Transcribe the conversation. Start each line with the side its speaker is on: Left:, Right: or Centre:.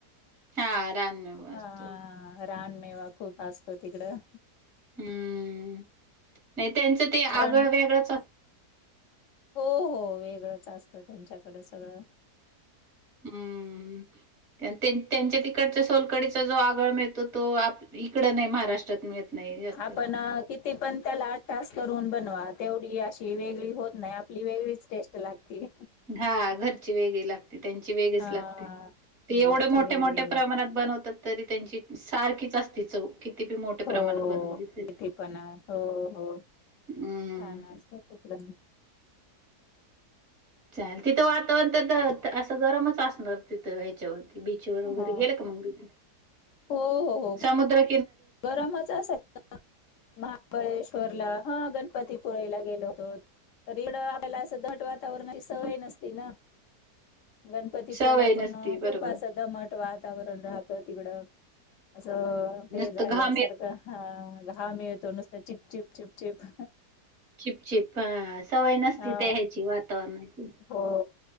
Right: हा रानमेवा
Left: हा
Right: असतो
Left: रानमेवा खूप असतो तिकडं.
Right: हम्म नाही त्यांचं ते
Left: पण
Right: आगळ वेगळंच अस
Left: हो हो वेगळंच असतं त्यांच्याकडे सगळं.
Right: हम्म. त्यां त्यांच्या तिकडच्या सोलकडीचा जो आगळ मिळतो तो आप इकडं नाही महाराष्ट्रात मिळत. नाही जास्त
Left: आपण अ किती पण त्याला टास करून बनवा तेवढी अशी ची वेगळी होत नाही आपली वेगळीच टेस्ट लागते.
Right: हा घरची वेगळी लाग ते त्यांची वेगळीच
Left: हा
Right: लागते ते
Left: घरची
Right: एवढ्या मोठ्या-मोठ्या
Left: वेगळी
Right: प्रमाणात
Left: लागते
Right: बनवतात. तरी त्यांची सारखीच असती चव. किती बी मोठ्या
Left: हो
Right: प्रमाणात
Left: हो
Right: बनवली तरी
Left: तिथे पना हो हो.
Right: हम्म
Left: हा ना असतं तिकडं.
Right: चाल तिथं वातावरण तर त असं गरमच असणार तिथं ह्याच्यावर बीच व वगैरे
Left: हा
Right: गेलं का मग इथं
Left: हो हो हो
Right: समुद्र
Left: गरमच असाय महाबळेश्वरला हा गण पतीपळेला गेलो होतो तरी इडं आपल्याला असं दट वातावरणाची सवय नसती ना. गणपती
Right: सवय
Left: पळेला पण
Right: नसती बरोबर
Left: खूप असं दमट वातावरण राह तं तिकड असं हे
Right: नुसतं
Left: झाल्या
Right: घाम येत
Left: सारखं हा घाम येतो नुस तं चिप चिप चिप
Right: चिपचिप हा सवय नसती
Left: हा
Right: ते ह्याची वातावरणाची.
Left: हो